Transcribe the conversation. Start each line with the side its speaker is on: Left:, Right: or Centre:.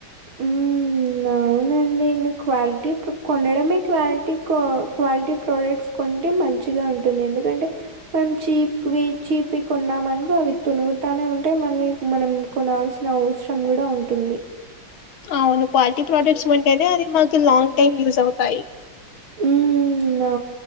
Right: ఉమ్ నవునండి ఇగ క్వాలిటీ కొనడమే క్వాలిటీ క క్వాలిటీ ప్రోడక్ట్స్ కొంటే మం చిగ ఉంటుంది ఎందుకంటే మనం చీప్వి చీప్ కొన్నామనుగా అవి తునుగుతానే ఉంటయి మళ్ళీ మనం కొనాల్సిన అవసరం కూడా ఉంటుంది
Left: అవును క్వాలిటీ ప్రోడక్ట్స్ కొంటేనే అది మాకు లాంగ్ టైమ్ యూజ్ అవుతాయి
Right: ఉమ్ అ